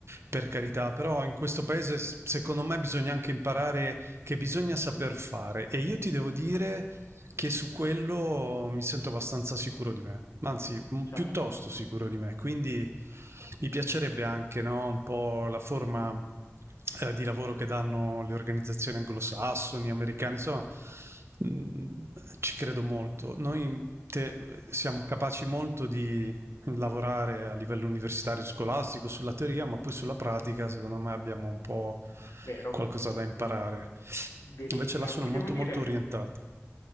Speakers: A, on the right (about 55°); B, on the left (about 80°).
A: per carità, però in questo paese s- secondo me bisogna anche imparare che bisogna saper fare. E io ti devo dire che su quello mi sento abbastanza sicuro di me, anzi, m-
B: Certo.
A: piuttosto sicuro di me, quindi mi piacerebbe anche, no, un po' la forma eh, di lavoro che danno le organizzazioni anglosassoni, americane, insomma, mh, ci credo molto. Noi te- siamo capaci molto di lavorare a livello universitario scolastico sulla teoria, ma poi sulla pratica, secondo me, abbiamo un po'
B: Vero,
A: qualcosa da imparare.
B: veri- verissimo.
A: Invece là sono
B: Ti
A: molto
B: devo dire,
A: molto orientato.